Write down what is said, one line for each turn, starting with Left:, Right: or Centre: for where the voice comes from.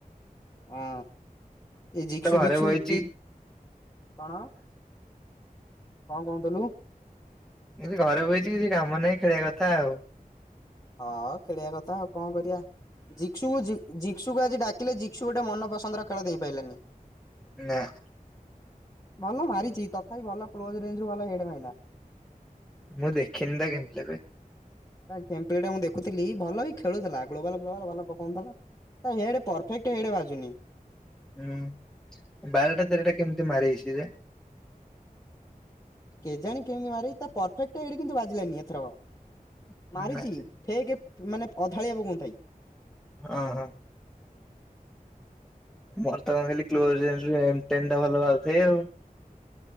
Left: ହଁ ଏ ଜିକସୁ
Centre: ତ ଘରେ
Left: ଭିକଷୁ
Centre: ବଇଚି
Left: ଡି କଣ? କଣ କହୁଥିଲୁ?
Centre: କି ଘରେ ବଇଛି କିଛି କାମ ନାହିଁ ଖେଳିବା କଥା ଆଉ।
Left: ହଁ ଖେଳିବା କଥା ଆଉ କଁ କରିଆ ଜିକ୍ସୁ କୁ ଜି ଜିକ୍ସୁ କୁ ଆଜି ଡାକ କିଲେ ଜିକ୍‌ଷୁ ଗୋଟେ ମନପସନ୍ଦର ଖେଳ ଦେଇଁପାଇଲାନି ।
Centre: ନା ।
Left: ଭଲ ମାରିଚ଼ି ତଥାପି ଭଲ କ୍ଲୋଜ ରେଞ୍ଜ ରୁ ଭଲ ହେଡ ମାଇଲା ।
Centre: ମୁଁ ଦେଖିନି ତ କେମତିଆ କଏ
Left: ତା କେମ୍ ପ୍ଲେଟ ମୁଁ ଦେଖୁଥିଲି ଭଲ ବି ଖେଳୁଥୁଲା ଗ୍ଲୋବାଲ୍ ଫ୍ଲୋବାଲ୍ ଭଲ ପକଉଁଥିଲା । ହେଡ ପରଫେକ୍ଟ ହେଡ ବାଜୁନି ।
Centre: ହୁଁ ବାରଟା ତେରଟା କେମିତି ମାରେଇଛି ରେ?
Left: କେଜାଣି କେମିତି ମାରେଇ ତା ପରଫେକ୍ଟ ହେଡ କିନ୍ତୁ ବାଜିଲାନି ଏଥରକ । ମାରିଚ଼ି
Centre: ନା
Left: ଫେକ ମାନେ ଅଧାଳିଆ ପକଉଁଥାଏ।
Centre: ଅଁ ହଁ । ମୋର ତ କଁ ଖାଲି କ୍ଲୋଜ୍ ରେଞ୍ଜ ରୁ ଏମ୍ ଟେନ୍ ଟା ଭଲ ବାଯୁଥାଏ ଆଉ ।